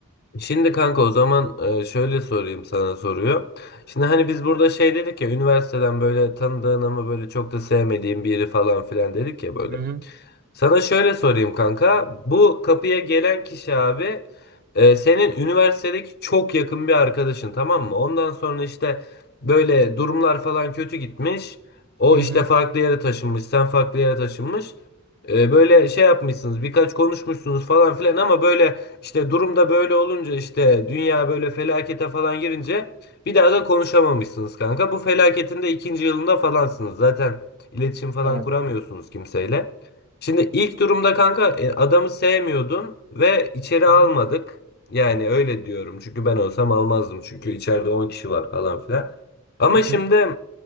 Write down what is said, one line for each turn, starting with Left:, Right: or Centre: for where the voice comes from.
Left: Şimdi kanka o zaman e, şöyle sorayım sana soruyor. Şimdi hani biz burada şey dedik ya üniversiteden böyle tanıdığın ama böyle çok da sevmediğin biri falan filan dedik ya böyle.
Right: Hı hı,
Left: Sana şöyle sorayım kanka. Bu kapıya gelen kişi abi e, senin üniversitedeki çok yakın bir arkadaşın tamam mı? Ondan sonra işte böyle durumlar falan kötü gitmiş. O
Right: hı
Left: işte
Right: hı,
Left: farklı yere taşınmış, sen farklı yere taşınmış. E, böyle şey yapmışsınız, birkaç konuşmuşsunuz falan filan ama böyle işte durumda böyle olunca işte dünya böyle felakete falan girince bir daha da konuşamamışsınız kanka. Bu felaketin de ikinci yılında falansınız. Zaten iletişim falan
Right: tamam.
Left: kuramıyorsunuz kimseyle. Şimdi ilk durumda kanka e, adamı sevmiyordun ve içeri
Right: Hı
Left: almadık. Yani öyle diyorum. Çünkü ben olsam almazdım. Çünkü içeride 10 kişi var falan filan. Ama
Right: hı,
Left: şimdi